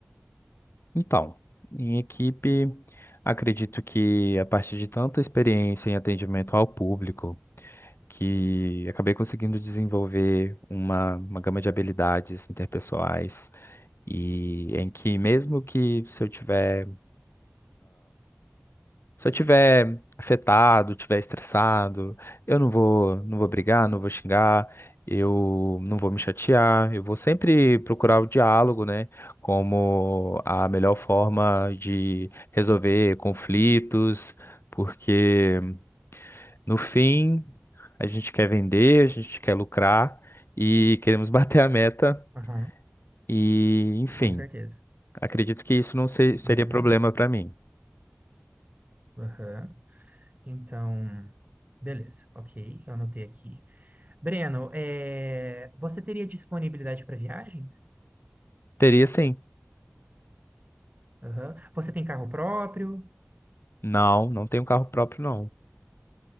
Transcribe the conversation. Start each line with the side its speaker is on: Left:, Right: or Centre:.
Left: Então, em equipe, acredito que a partir de tanta experiência em atendimento ao público, que acabei conseguindo desenvolver uma, uma gama de habilidades interpessoais e em que mesmo que se eu tiver, se eu tiver afetado, tiver estressado, eu não vou, não vou brigar, não vou xingar, eu não vou me chatear, eu vou sempre procurar o diálogo, né, como a melhor forma de resolver conflitos, porque No fim, a gente quer vender, a gente quer lucrar e queremos <laughs> bater a meta
Right: Aham,
Left: e, enfim,
Right: com certeza.
Left: acredito que isso não se- seria
Right: Uhum,
Left: problema para mim.
Right: aham. Então, beleza, ok, eu anotei aqui. Breno, é, você teria disponibilidade para viagens?
Left: Teria sim.
Right: Aham. Você tem carro próprio?
Left: Não, não tenho carro próprio, não.